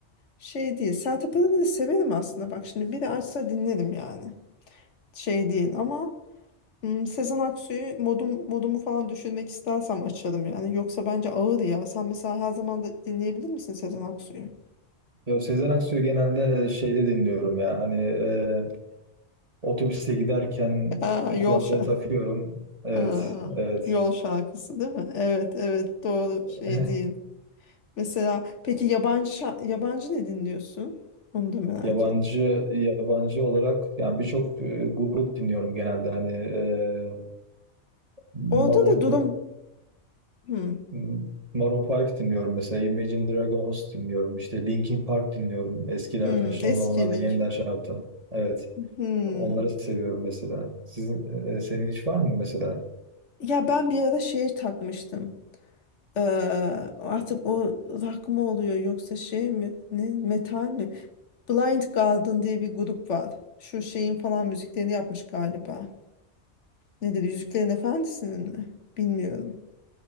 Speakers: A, on the left (about 80°); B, on the right (about 35°).
A: şey değil. Sertab Erener'i severim aslında. Bak şimdi biri açsa dinlerim yani. Şey değil ama hmm, Sezen Aksu'yu modum modumu falan düşürmek istersem açarım yani. Yoksa bence ağır ya. Sen mesela her zaman da dinleyebilir misin Sezen Aksu'yu?
B: Ya Sezen Aksu'yu genelde şeyde dinliyorum ya. Hani e, otobüste giderken
A: <laughs> Aa, yol
B: kulaklığı
A: şarkı.
B: takıyorum. Evet,
A: Aa,
B: evet.
A: yol şarkısı değil mi? Evet evet doğru
B: <laughs>
A: şey değil. Mesela peki yabancı şa- yabancı ne dinliyorsun? Onu da merak
B: Yabancı
A: ettim.
B: yabancı olarak yani birçok e, grup dinliyorum genelde. Hani e, Maroon,
A: Orada da durum hmm,
B: M- Maroon 5 dinliyorum mesela. Imagine Dragons dinliyorum. İşte Linkin Park dinliyorum. Eskilerden
A: hmm,
B: son
A: eski
B: zamanlarda
A: Linkin.
B: yeniden şey yaptı. Evet.
A: Hmm.
B: Onları seviyorum mesela. Sizin, e, e, senin hiç var mı mesela?
A: Ya ben bir ara şeye takmıştım. Ee, artık o rock mı oluyor yoksa şey mi? Ne, metal mi? Blind Guardian diye bir grup var. Şu şeyin falan müziklerini yapmış galiba. Ne dedi? Yüzüklerin Efendisi'nin mi? Bilmiyorum.